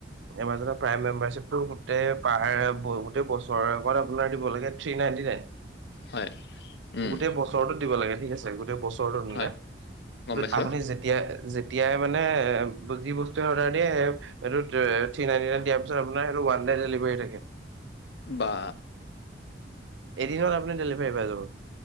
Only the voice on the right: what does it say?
এমাজনৰ প্ৰাইম মেম্বাৰশ্বিপতটো গোটেই পাৰ গোটেই বছৰ আগত আপোনাৰ দিব লাগে থ্ৰী নাইনটি নাইন
গোটেই বছৰতো দিব লাগে ঠিক আছে গ গোটেই বছৰটো মানে
আগটে যেতিয়া যেতিয়া মানে যি বস্তুয়ে অৰ্ডাৰ সেয়াহে এই টো থ্ৰী নাইণ্টি নাইন দিয়াৰ পিছত ওৱান টাইম দেলিভাৰী থাকে।
এদিনত আপুনি ডেলিভাৰী পাই যাব